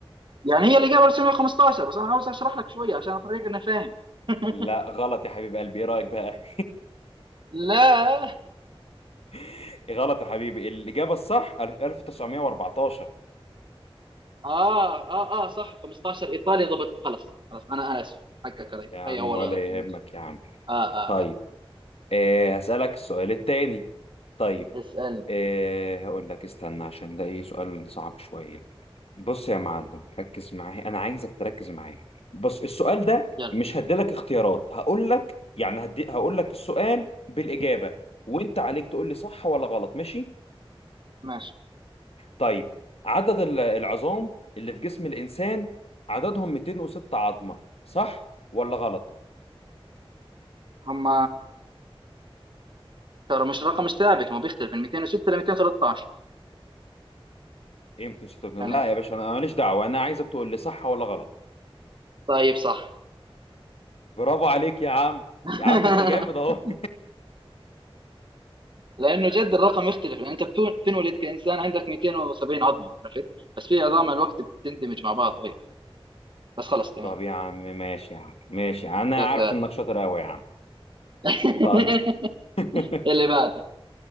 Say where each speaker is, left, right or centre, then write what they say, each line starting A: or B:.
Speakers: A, on the right (about 55°); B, on the left (about 85°).
A: يعني هي اللي قبل 1915 بس أنا عاوز أشرح لك شوية عشان الطريق أنا فاهم <laughs>
B: لا غلط يا حبيب قلبي ايه رايك بقى
A: لا
B: <laughs> غلط يا حبيبي الاجابه الصح ألف- 1914
A: اه اه اه صح 15 ايطاليا ضبط خلاص خلاص انا انا اسف حقك علي
B: يا عم
A: هي اول
B: ولا
A: غلط
B: يهمك
A: ماشي
B: يا عم
A: اه اه
B: طيب
A: اه
B: آه هسألك السؤال التاني طيب
A: اسالنا
B: آه هقول لك استنى عشان ده ايه سؤال صعب شوية بص يا معلم ركز معايا انا عايزك تركز معايا بص السؤال ده
A: يلا
B: مش هديلك اختيارات هقول لك يعني هدي هقول لك السؤال بالإجابة وانت عليك تقول لي صح ولا غلط ماشي
A: ماشي
B: طيب عدد ال- العظام اللي في جسم الإنسان عددهم 206 عظمة صح ولا غلط
A: هم ترى مش رقم مش ثابت ما بيختلف من 206 ل 213
B: ايه 206 لا
A: يعني
B: يا باشا انا أنا ماليش دعوة انا عايزك تقول لي صح ولا غلط
A: طيب صح
B: برافو عليك يا عم
A: <laughs>
B: يا عم انت جامد اهو
A: لانه جد الرقم يختلف لان انت بتو- بتنولد كانسان عندك 270 عظمه عرفت بس في عظام مع الوقت بتندمج مع بعض وهيك بس خلص
B: <laughs>
A: تمام
B: طب يا عم ماشي يا عم ماشي انا
A: شغال.
B: عارف انك شاطر قوي يا عم
A: <laughs>
B: طيب <laughs>
A: اللي بعده